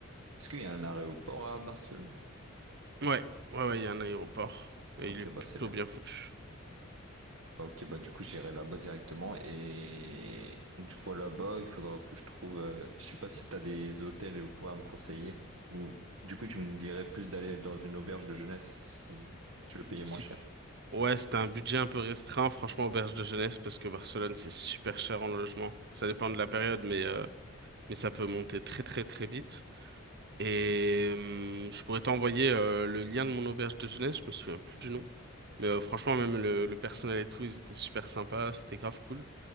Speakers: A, on the right (about 75°); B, on the right (about 55°).
A: Est-ce qu'il y a un aéroport à Barcelone?
B: Ouais, ouais, ouais, il y a un aéroport et
A: Ok,
B: il est plutôt
A: bah c'est bien.
B: bien foutu.
A: Bah, Ok, bah du coup j'irai là-bas directement et une fois là-bas, il faudra que je trouve, euh, je sais pas si t'as des hôtels ou quoi à me conseiller, ou du coup tu me dirais plus d'aller dans une auberge de jeunesse si je veux payer
B: Si...
A: moins cher.
B: Ouais, c'était un budget un peu restreint, franchement, auberge de jeunesse, parce que Barcelone, c'est super cher en logement. Ça dépend de la période, mais, euh, mais ça peut monter très, très, très vite. Et hum, je pourrais t'envoyer euh, le lien de mon auberge de jeunesse, je me souviens plus du nom. Mais euh, franchement, même le, le personnel et tout, ils étaient super sympas, c'était grave cool.